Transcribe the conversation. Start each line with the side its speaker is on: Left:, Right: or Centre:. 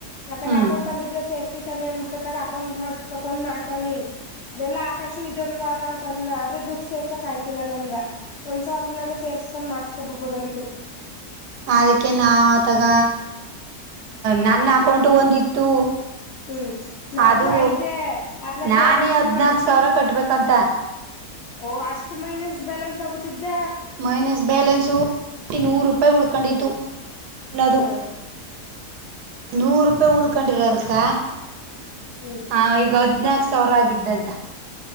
Left: ಮತ್ತ
Right: ಹ್ಮ್
Left: ನಾ ಗಂಟ ನುಗ್ಗೆ ಸೇಫ್ಟಿ. ತನೆ ಅನ್ಬಿಟ್ಟು ತಾನೇ ಅಕೌಂಟ್ ಮಾಡಿಸ್ಬೇಕು ಅನ್ ಮಾಡ್ತಾನಿ ಅದೆಲ್ಲಾ ಆಕಾಶ ಇದೊಂದು ವಾರ ಅಂತ ಅಂದ. ದುಡ್ ಸೇರ್ಸಕ್ ಆಯ್ತಿಲ್ಲ ನನ್ಗ ಒಂದ್ ಸಾವ್ರನಾದ್ರು ಸೇರ್ಸ್ಕಂಡ್ ಮಾಡ್ಸ್ಕೊಬುಡ್ಬೋದಾಗಿತ್ತು.
Right: ಅದಕ್ಕೆ ನಾ ಆತಗ ನನ್ ಅಕೌಂಟು ಒಂದಿತ್ತು.
Left: ಹ್ಮ್ ನಂದು
Right: ಅದು
Left: ಐತೆ ಅದ್ನ
Right: ನಾನೇ
Left: ಕೆ ವೈ ಸಿ
Right: ಹದ್ನಾಕ್
Left: ಮಾಡ್ಸಿ
Right: ಸಾವ್ರ ಕಟ್ಬೇಕಂತೆ.
Left: ಓ ಅಷ್ಟ್ ಮೈನಸ್ ಬ್ಯಾಲೆನ್ಸ್ ಆಗ್ಬುಟ್ಟಿದ್ದ.
Right: ಮೈನಸ್ ಬ್ಯಾಲೆನ್ಸು ಬಿಟ್ಟಿ ನೂರು ರೂಪಾಯಿ ಉಳ್ಕೊಂಡಿತು. ಇನ್ನದು
Left: ಹ್ಮ್
Right: ನೂರು ರೂಪಾಯಿ ಉಳ್ಕೊಂಡ್ರಿರ ಅದಕ್ಕ.
Left: ಹ್ಮ್
Right: ಹ ಈಗ ಹದ್ನಾಕು ಸಾವಿರ ಆಗಿದ್ದಂತ.